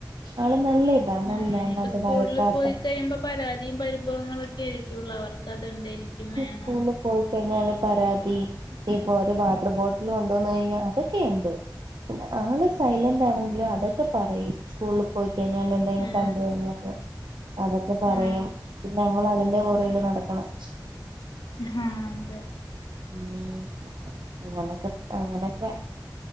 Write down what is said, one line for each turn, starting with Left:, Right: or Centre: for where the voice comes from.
Right: ആള് നല്ല
Left: ആഹ് ഇനി
Right: നന്നായിട്ട്
Left: ഇപ്പ സ്കൂൾല്
Right: വഴക്കാട്ട്
Left: പോയി കഴിയുമ്പോ പരാതിം പരിഭവങ്ങളൊക്കെ ആയിരിക്കുള്ളു അവർ ക്കതുണ്ട് എനിക്കും വേണം
Right: സ്കൂളിൽ പോയി കഴിഞ്ഞാല് പരാതി ഇപ്പോ ഒരു വാട്ടർ ബോട്ടിൽ കൊണ്ടുവന്നു കഴിഞ്ഞാ അതൊക്കെയുണ്ട്. പിന്നെ ആള് സൈലന്റ് ആണെങ്കിലും അതൊക്കെ പറയും സ്കൂളില് പോയിക്കഴിഞ്ഞാല് എത്തേലും
Left: ആ
Right: കണ്ട് കയിഞ്ഞാ ഒക്കെ അതൊക്കെ പറയും
Left: ആ
Right: പിന്നെ നമ്മള് അതിന്റെ പുറകില് നടക്കണം.
Left: ആഹ് അതെ
Right: ഉം അങ്ങനൊക്കെ അങ്ങനൊക്കെ